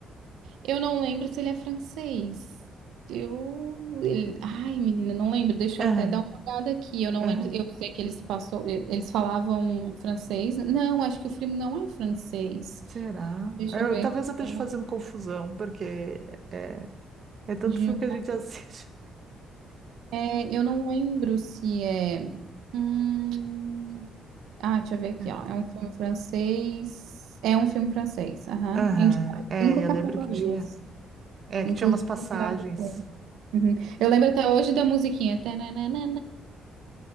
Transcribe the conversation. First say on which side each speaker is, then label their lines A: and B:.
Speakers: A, on the right; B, on the right.
A: Eu não lembro se ele é francês. Eu. ele- Ai, menina, não lembro. Deixa eu
B: Aham,
A: até dar uma olhada aqui. Eu não
B: aham.
A: lembro. Eu sei que eles passou. Eles falavam francês. Não, acho que o filme não é francês.
B: Será?
A: Deixa
B: Eu-
A: eu ver
B: talvez
A: aqui.
B: eu esteja
A: É
B: fazendo confusão, porque é, é tanto
A: De
B: filme
A: um.
B: que a gente <laughs> assiste.
A: é, eu não lembro se é. Hum... Ah, deixa eu ver aqui,
B: É.
A: ó. É um filme francês. É um filme francês. Aham.
B: Aham,
A: Indicado
B: É,
A: em cinco
B: eu
A: categorias,
B: lembro que tinha. É,
A: inclusive
B: que tinha umas passagens.
A: o melhor. Uhum. Eu lembro até hoje da musiquinha. tananana.